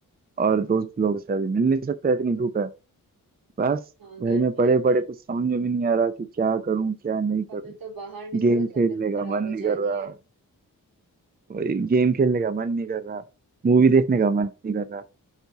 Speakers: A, on the right; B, on the right.
A: और दोस्त लोग से अभी मिल नहीं सकता इतनी धूप है बस
B: हाँ गर्मी
A: घर में पड़े
B: है
A: पड़े कुछ समझ में भी नहीं आ रहा कि क्या करूँ क्या नहीं
B: अभी
A: करूँ
B: तो बाहर निकलो
A: गेम
B: तो
A: खेलने
B: तबीयत
A: का
B: खराब
A: मन
B: हो
A: नहीं
B: जानी
A: कर रहा
B: है
A: वही गेम खेलने का मन नहीं कर रहा मूवी देखने का मन नहीं कर रहा